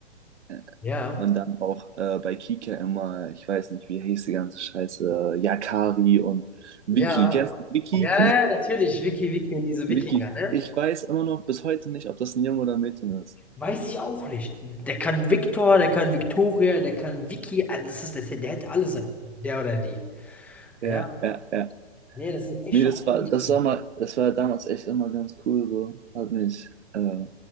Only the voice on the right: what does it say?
Ja.
Und dann auch äh, bei Kika immer, ich weiß nicht, wie hieß die ganze Scheiße, äh, Yakari und Vicky.
Kennst du Vicky?
Vicky,
ich weiß immer noch bis heute nicht, ob das ein Junge oder ein Mädchen ist.
Ja,
ja, ja.
Nee,
das war,
das
war mal, das war damals echt immer ganz cool, so. Hat mich äh,